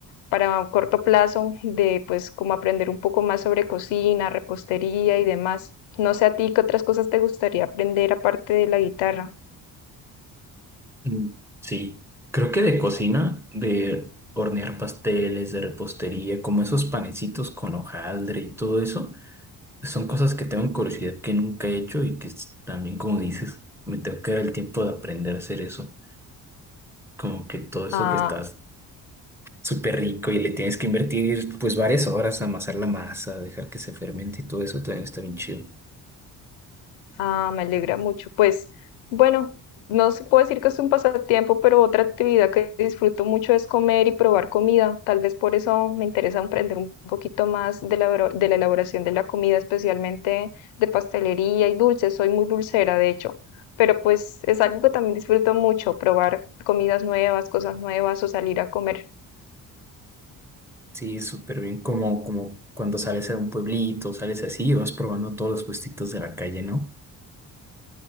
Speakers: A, on the left; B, in the centre.
A: para un corto plazo de pues como aprender un poco más sobre cocina, repostería y demás. No sé a ti qué otras cosas te gustaría aprender aparte de la guitarra.
B: Mm, Sí, creo que de cocina, de hornear pasteles, de repostería, como esos panecitos con hojaldre y todo eso, son cosas que tengo curiosidad que nunca he hecho y que s- también, como dices, me tengo que dar el tiempo de aprender a hacer eso. Como que todo eso
A: Ah,
B: que estás súper rico y le tienes que invertir pues varias horas a amasar la masa, dejar que se fermente y todo eso también está bien chido.
A: Ah, me alegra mucho. Pues bueno, no se puede decir que es un pasatiempo, pero otra actividad que disfruto mucho es comer y probar comida. Tal vez por eso me interesa aprender un poquito más de la, oro- de la elaboración de la comida, especialmente de pastelería y dulces. Soy muy dulcera, de hecho. Pero pues es algo que también disfruto mucho, probar comidas nuevas, cosas nuevas o salir a comer
B: Sí, es súper bien, como, como cuando sales a un pueblito, sales así y vas probando todos los puestitos de la calle, ¿no?